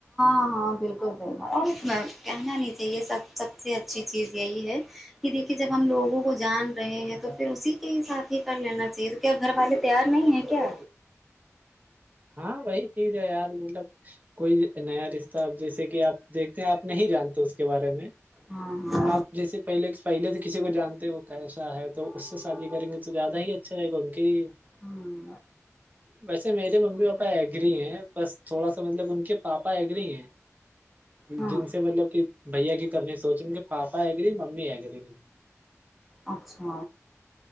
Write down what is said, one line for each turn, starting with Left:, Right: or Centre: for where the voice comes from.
Centre: ہاں ہاں بالکل صی گ اور اس میں کہنا نہیں چاہیے سب سب سے اچھی چیز یہی ہے کہ دیکھیے جب ہم لوگوں کو جان رہے ہیں تو پھر اسی کے ہی ساتھ ہی کر لینا چاہیے تو کیا گھر والہے تیار نہیں ہے کیا
Right: ہاں وہی ٹھھ ہے یار مطلب کوئی نیا رشتہ جیسے کہ آپ دیکھتے ہیں آپ نہیں جانتے اس کے بارے میں
Centre: ہاں <unintelligible>
Right: آپ جیسے پہلے پہلے سے کسی کو جانتے وہ کیسا ہے تو اس سے شادی کریں گے تو زیادہ ہی اچا اچھاے گنکری <unintelligible>
Centre: ہوں <unintelligible>
Right: ویسے میری <unintelligible> پاپا ایگری ہے بس تھوڑا سا مطلب ان کے پاپا ایگری ہیں
Centre: ہاں
Right: جن سے مطلب کہ بھیا کی کرنے سوچ رہ ان کہ پاپا ہے گریی ممی ہے گری نہیں
Centre: اچھا